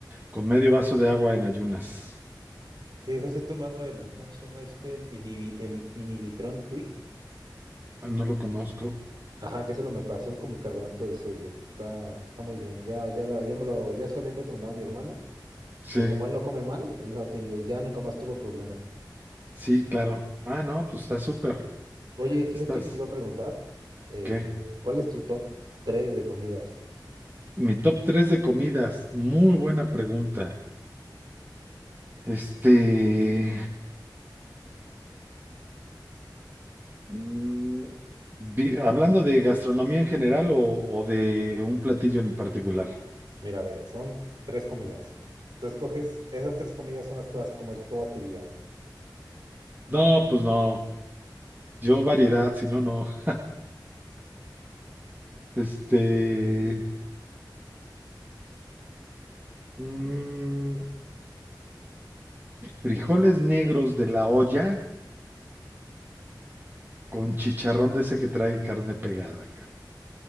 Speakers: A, on the right; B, on the right.
A: Con medio vaso de agua en ayunas.
B: Sí, José tomando el, ¿cómo se llama este? El, inhibi- el Inhibitron Tweet.
A: Ah, No lo conozco.
B: Ajá, que se lo me pasó con bicarbonato de sodio. Está, está muy bien. Ya, ya, la- ya me lo, ya se lo habían recomendado a mi hermano.
A: Sí,
B: Pero como él no come mal, él no ha tenido, ya nunca más tuvo problemas.
A: sí, claro. Ah, no, pues está súper.
B: Oye, fíjate
A: Estás.
B: que te iba a preguntar, eh,
A: ¿Qué?
B: ¿cuál es tu top 3 de comidas?
A: Mi top 3 de comidas. Muy buena pregunta. Este. mm, vi- hablando de gastronomía en general o, o de un platillo en particular.
B: Mira, ve, son tres comidas. Tú escoges, esas tres comidas son las que vas a comer toda tu vida.
A: No, pues no. Yo variedad, si no, no. <laughs> Este. mm, frijoles negros de la olla Con chicharrón de ese que trae carne pegada. creo.